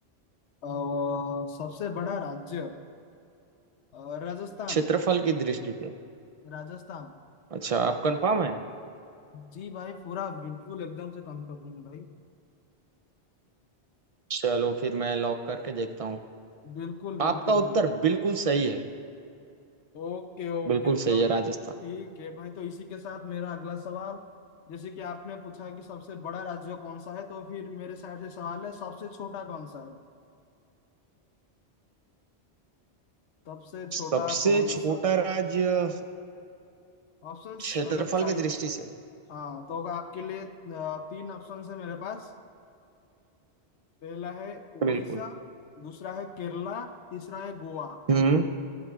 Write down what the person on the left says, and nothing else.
और सबसे बड़ा राज्य अ, राजस्थान
राजस्थान
जी भाई पूरा बिल्कुल एकदम से कंफर्म हूँ भाई
बिल्कुल
बिल्कुल
बिल्कुल
ओके ओके
तो
ठी- ठीक है भाई तो इसी के साथ मेरा अगला सवाल जैसे कि आपने पूछा कि सबसे बड़ा राज्य कौन सा है तो फिर मेरे साइड से सवाल है सबसे छोटा कौन सा है सबसे छोटा
कौन
सा
ऑप्शंस
अगर चाहिए
हाँ तो होगा आपके लिए अ, तीन ऑप्शन है मेरे पास पहला है उड़ीसा
दूसरा है केरला तीसरा है गोवा